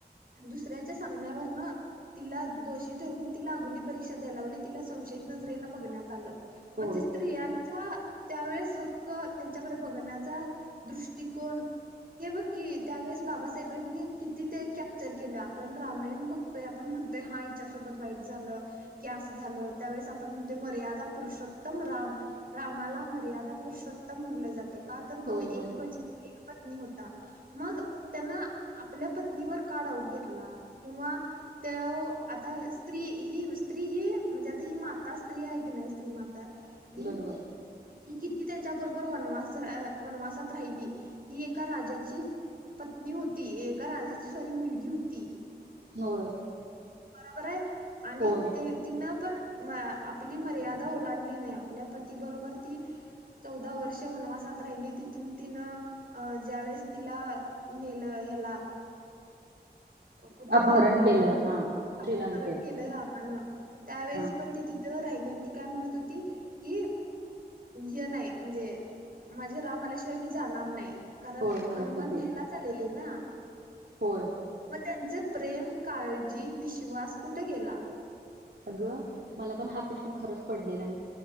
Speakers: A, on the right (about 60°); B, on the right (about 75°).
A: दुसऱ्याच्या सांगण्यावरनं तिला दोषी ठरवून तिला अग्निपरीक्षा द्याय लावली तिला संशयित नजरेनं बघण्यात आलं. म्हणजे
B: होय
A: स्त्रियांचा त्यावेेळेस हक्क त्यांच्याकडे बघण्याचा दृष्टिकोन हे बघ की, त्यावेेळेस बाबासाहेबांनी किती ते कॅप्चर केलं, आपण रामायण बघतोय आपण म्हणतोय हां हिच्यासोबत वाईट झालं की, अस झालं त्यावेेळेस आ पण म्हणतोय मर्यादा पुरुषोत्तम राम, रामाला मर्यादा पुरुषोत्तम म्हणलं जातंय. का? तर
B: होय
A: तो एक
B: म्हण
A: वचन, एक पत्नी हो ता मग त्यानं आपल्या पत्नीवर का डाऊट घेतला? किंवा त्यो आता स्त्री ही स्त्री ही म्हणजे आता ती मा ता स्त्री हाय की नाही? स्त्री माता ही
B: बरोबर
A: ही किती त्यां च्याबरोबर वनवास झ अ वनवासात राहिली ही एका राजाची पत्नी होती. एका राजाची सॉरी मुलगी होती.
B: होय.
A: बरोबर आहे, आणि
B: होय
A: ते तिनं पण. आपली मर्यादा ओलांडली नाही. आपल्या पती बरोबर ती चौदा वर्षे वनवासात राहिली. तिथून तिनं अ ज्यावेेळेस तिला नेल ह्याला. कुठं
B: अपहरण
A: रामानं
B: केलं हा श्रीलंकेत
A: अपहरण केलं, रावणानं त्यावेेळेस
B: हा
A: पण ती तिथं राहिलं. ती काय म्हणत होती, की हे नाही म्हणजे माझे राम आल्याशिवाय मी जाणार नाही. कारण
B: होय म्हणत
A: हनुमान
B: होते
A: न्हायलाच आलेले ना.
B: होय
A: त्यांचे प्रेम, काळजी, विश्वास कुठे गेला?
B: अगं, मला पण हा प्रश्न खरंच पडलेला आहे?